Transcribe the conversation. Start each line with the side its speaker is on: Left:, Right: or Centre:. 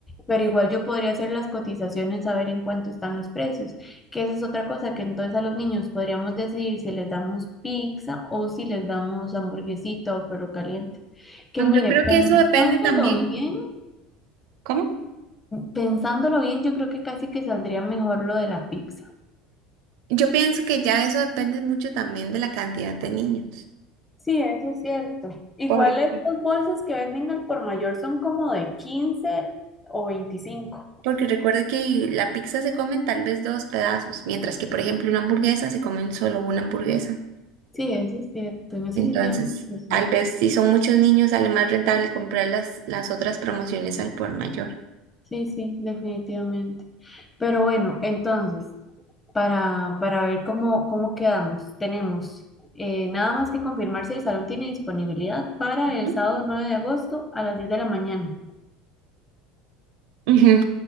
Left: pero igual yo podría hacer las cotizaciones, saber en cuánto están los precios, que esa es otra cosa, que entonces a los niños podríamos decidir si les damos pizza o si les damos hamburguesita o perro caliente. Que mire,
Right: yo creo
Left: pensándolo
Right: que eso depende también.
Left: bien,
Right: ¿Cómo?
Left: pensándolo bien, yo creo que casi que saldría mejor lo de la pizza.
Right: Yo pienso que ya eso depende mucho también de la cantidad de niños.
Left: Sí, eso es cierto. Igual
Right: Porque
Left: estas bolsas que venden al por mayor son como de 15 o 25.
Right: Porque recuerda que la pizza se comen tal vez dos pedazos, mientras que, por ejemplo, una hamburguesa se comen solo una hamburguesa.
Left: Sí, eso es cierto. En eso
Right: Entonces,
Left: sí tiene mucha razón.
Right: tal vez si son muchos niños, sale más rentable comprar las, las otras promociones al por mayor.
Left: Sí, sí, definitivamente. Pero bueno, entonces, para, para ver cómo, cómo quedamos, tenemos eh, nada más que confirmar si el salón tiene disponibilidad para
Right: Ujú,
Left: el sábado 9 de agosto a las 10 de la mañana.
Right: Ujú,